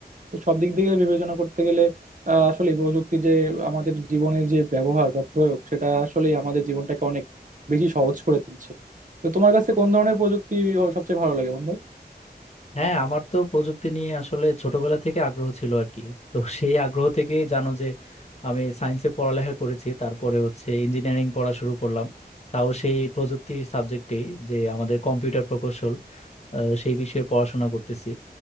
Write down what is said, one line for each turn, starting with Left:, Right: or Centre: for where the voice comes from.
Right: তো সব দিক থেকে বিবেচনা করতে গেলে আহ, আসলে প্রযুক্তির যে আমাদের জীবনের যে ব্যবহার বা প্রয়োগ সেটা আসলেই আমাদের জীবনটাকে অনেক বেশি সহজ করে তুলছে তো তোমার কাছে কোন ধরনের প্রযুক্তি সবচেয়ে ভালো লাগে বন্ধু
Left: হ্যাঁ আমার তো প্রযুক্তি নিয়ে আসলে ছোটবেলা থেকে আগ্রহ ছিল আর কি তো সেই আগ্রহ থেকে জানো যে আমি সায়েন্সে পড়ালেখা করেছি তারপরে হচ্ছে ইঞ্জিনিয়ারিং পড়া শুরু করলাম তাও সেই প্রযুক্তি সাবজেক্টেই যে আমাদের কম্পিউটার প্রকৌশল আহ, সেই বিষয়ে পড়াশোনা করতেছি